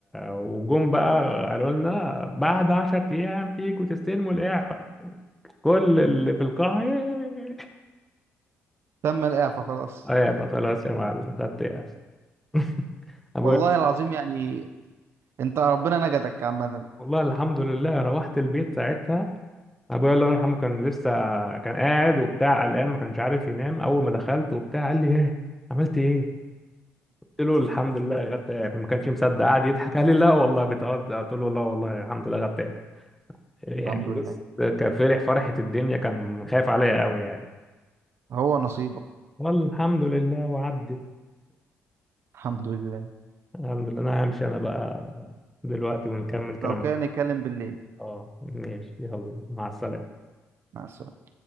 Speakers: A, in the centre; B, on the right.
A: وجم بقى قالوا لنا بعد 10 ايام تيجوا تستلموا الاعفاء كل اللي في القاعه "إيه".
B: تم الاعفاء خلاص
A: اعفاء خلاص يا معلم خدت اعفاء <laughs> ابويا
B: والله العظيم يعني انت ربنا نجدك عامه
A: والله الحمد لله روحت البيت ساعتها ابويا الله يرحمه كان لسه كان قاعد وبتاع قلقان ما كانش عارف ينام اول ما دخلت وبتاع قال لي ايه عملت ايه قلت له الحمد لله خدت اعفاء ما كانش مصدق قعد يضحك قال لي لا والله بتهزر قلت له لا والله الحمد لله خدت اعفاء يعني
B: الحمد
A: بص
B: لله
A: كفرح فرحة الدنيا كان خايف عليا قوي يعني
B: هو نصيبه
A: والحمد لله وعدت
B: الحمد لله
A: الحمد لله انا همشي انا بقى دلوقتي ونكمل كلام
B: لو كان يتكلم بالليل
A: اه ماشي يلا مع السلامة
B: مع السلامة